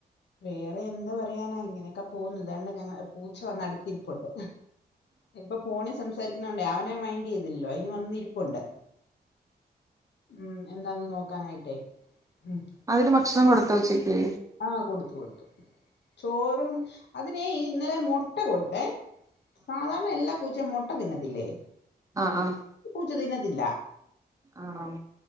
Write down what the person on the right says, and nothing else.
അതിന് ഭക്ഷണം കൊടുത്തൊ ഉച്ചക്ക്
ആഹ് ആഹ്
ആഹ്